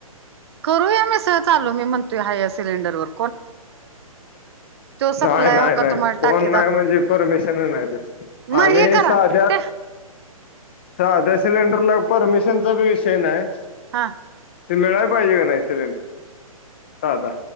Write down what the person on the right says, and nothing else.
करूया मीसळ चालू मी म्हणतो ह्या या सिलेंडरवरर सप्लाय
हो का
तुम्हाला
टाकी दाखवतो
मग
हे करा
ते
हा